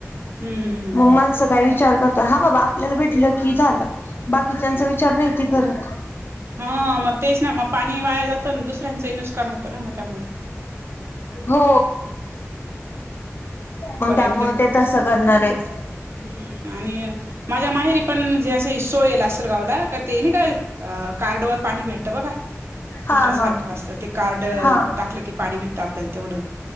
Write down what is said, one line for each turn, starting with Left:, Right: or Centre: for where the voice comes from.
Right: हम् हमं हम
Left: मग माणसं काय विचार करत हा बाबा आपल्याला भेटलं की झालं बाकीच्याचा विचार नाहीती करत.
Right: हा मग तेच ना मग पाणी वाया जात अन दुसऱ्यांचं ही नुस्कान होतं ना मग त्यामुळे
Left: हो मग
Right: बरे
Left: त्यामुळे
Right: म्हणजे
Left: ते तसं करणार आहेत.
Right: हम्म आणि माझ्या माहेरी पण म्हणजे असे सोयल अस गावला का ते नाही काय कार्डवर पाणी भेटतं बघा
Left: हा
Right: फिल्टर
Left: हा.
Right: सारखं असत ते कार्ड
Left: हा
Right: टाकलं की पाणी भेटतं आपल्याला तेवढं